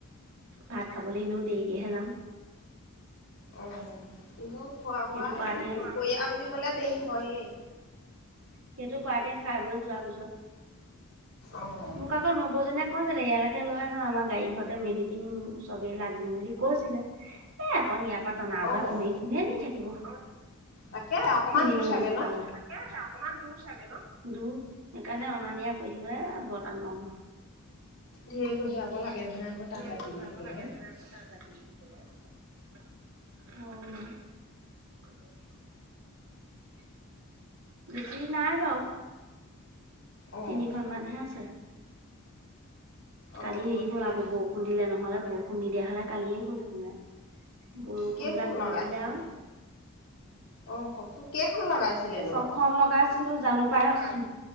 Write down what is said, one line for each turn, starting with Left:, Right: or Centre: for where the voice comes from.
Right: ভাত খাবলৈ এনেও দেৰিকেহে যাম।
Left: অহ, এনেও খোৱা
Right: সেইটো
Left: -বোৱা এ।
Right: পাৰ্টিয়ে
Left: নেও দুপৰীয়া- আবেলি কলে দেৰি হয়েই।
Right: সেইটো পাৰ্টিয়ে খাই- বই যোৱাৰ পিছত।
Left: অ'।
Right: মোক আকৌ নবজনিয়ে কৈছিলে ইয়ালৈকে, ' লৈ আহা আমাৰ গাড়ী ঘৰতে মেলি দিম চবেই লাগিম বুলি কৈছিলে, এ' আক ইয়, পাত নাযোৱা
Left: অ',
Right: কোনে, কোনে নি থাকিব। অহ,
Left: তাকে অকমান
Right: নিনো
Left: দূৰ চাগে
Right: বোলো
Left: ন?
Right: তালে, তাকেহে অকমান। চাগে ন '? দুৰ হেই, মানে অনা- নিয়া কৰি থাকিবলে এ' বৰ টান পাওঁ মই।
Left: ঢেৰ কঢ়িয়াব লাগে। নহয়
Right: তোৰ
Left: তাঁত বাতি
Right: আকৌ যাব
Left: বুলি
Right: লা
Left: ক'লে।
Right: লগে না আকৌ তাত বাতি বুলি কলে ।অহ, <unintelligible> বেছি নাই বাও
Left: অ'।
Right: তিনিখনমানহে আছে।
Left: অ',
Right: কালি হেৰি হ'ল
Left: তেতিয়া
Right: আক বৰষুণ দিলে নহয়। নহ'লে বৰষুণ নিদিয়া হলে কালিয়ে হ'লহেঁতেননে। বৰষুণ
Left: কেইখন
Right: যাক দি
Left: লগাইছিলে?
Right: দিলে আৰু
Left: অ', কওকচোন কেইখন লগাইছিলেনো
Right: ছয়
Left: বাৰু?
Right: খন লগাইছিলো জানো, পাই আছোঁ